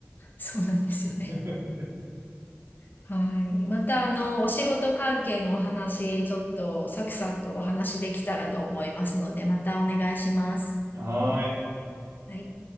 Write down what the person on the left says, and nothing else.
そうなんですよね。
はい。また、あの、お仕事関係のお話、ちょっと、サクさんとお話できたらと思いますので、またお願いします。
はい。